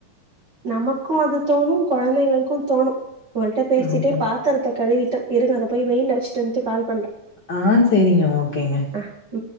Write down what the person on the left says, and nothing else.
ஆமா.
ஆ சேரிங்க ஓகேங்க